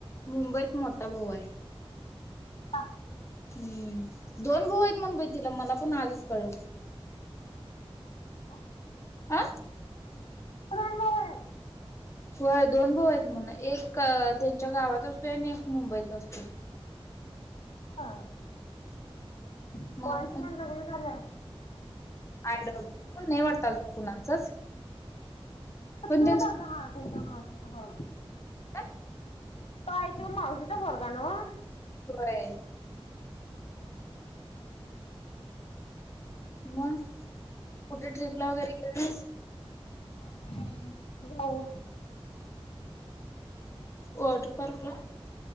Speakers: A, on the left (about 30°); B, on the left (about 75°).
A: मुंबईत मोठ्ठा भाऊ हाय.
B: हा.
A: हम्म दोन भाऊ आहेत म्हण बाई तिला, मला पन आजच कळलं.
B: <unintelligible>
A: अ!
B: दोन भाऊ आहेत.
A: व्हय, दोन भाऊ हायेत म्हन, एक त्यांच्या गावात असतोय, आणि एक मुंबईत असतोय.
B: हा... पोरांचं
A: मग
B: पन लग्न झालेय.
A: आय डोन्ट, फोन नाय वाटत अजून कुणाचच.
B: फतलं
A: पण
B: दादा हा, त्यांच्यामुळे. दहा.
A: काय?
B: काय तो मावशीचा पोरगा नवं?
A: होय.
B: वा!
A: म.. कुटे आट्रिपला वगैरे गेली नाहीस.
B: नाही बाय जाऊ
A: वॉटर पार्क ला?